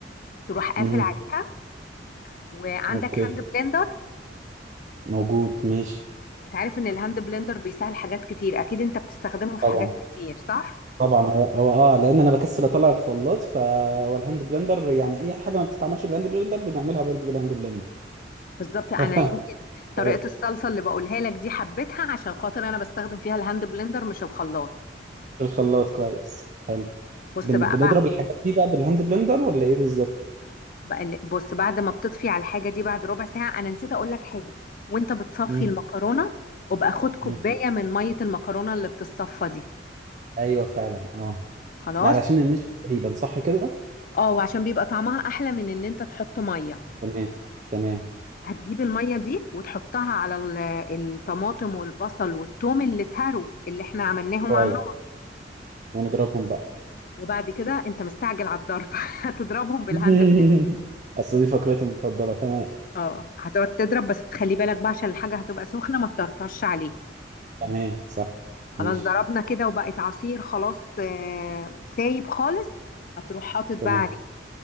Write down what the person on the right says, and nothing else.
امم
اوكي
موجود ماشي
طبعا
طبعا هو هو اه لان انا بكسل اطلع الخلاط فهو الهاند بلندر يعني اي حاجه ما بتتعملش بالهاند بلندر بنعملها برضو بالهاند بلندر
<laughs>
تمام
الخلاط كويس حلو
بن...
بنضرب الحاجات دي بقى بالهاند بلندر ولا ايه بالظبط
مم.
مم.
ايوه فعلا اه
ده علشان النشا تقريبا صح كده
تمام تمام
كويس
ونضربهم بقى
<laughs>
اصل دي فقرته المفضله تمام
تمام صح
ماشي
تمام